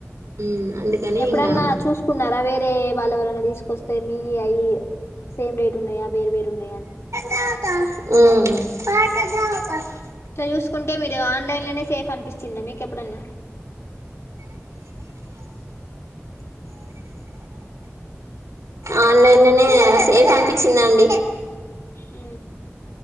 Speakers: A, on the right (about 80°); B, on the left (about 60°).
A: మ్మ్ అందుకని
B: ఎప్పుడన్నా
A: ఇంగ మ్మ్
B: చూసుకున్నారా వేరే వాళ్ళవి ఎవరివి తీసుకొస్తే మీ అవి సేమ్ రేట్ ఉన్నాయా వేరు వేరు ఉన్నాయా అని
A: మ్మ్
B: ఇట్లా చూసుకుంటే మీరు ఆన్లైన్ లోనే సేఫ్ అనిపిస్తుందా మీకెప్పుడన్నా
A: ఆన్లైన్ లోనే సేఫ్ అనిపి వచ్చిందండి
B: అ